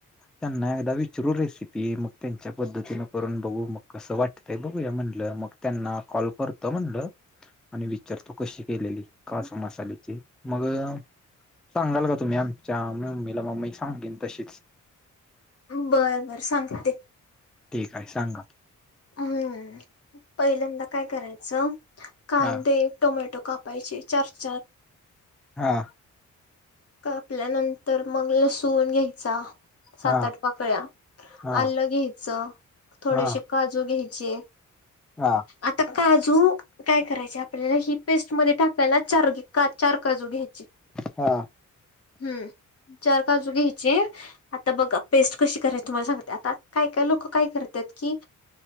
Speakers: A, in the centre; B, on the left.
A: त्यांना एकदा विचरू रेसिपी मग त्यांच्या पद्धतीन करून बघू मग कसं वाट बघूया म्हणलं मग त्यांना कॉल करतो म्हणलं आणि विचारतो कशी केलेली कासा मसाल्याची मग सांगाल का तुम्ही आमच्या मम्मीला मम्मी सांगेन तशीच
B: बरं बर सांगते
A: ठीक आहे सांगा
B: हम्म पहिल्यांदा काय करायचं कांदे
A: हा
B: टोमॅटो कापायचे चार चार
A: हा
B: कापल्यानंतर मग लसूण घ्यायचा सात
A: हा
B: आठ पाकळ्या
A: हा
B: आलं घ्यायचं थोडेसे
A: हा
B: काजू घ्यायचे
A: हा
B: आता काजू काय करायचे आपल्याला ही पेस्टमध्ये टाकायला चार चार काजू घ्यायची
A: हा
B: हम्म चार काजू घ्यायचे आता बघा पेस्ट कशी करायची तुम्हाला सांगते आता काय काय लोक काय करत की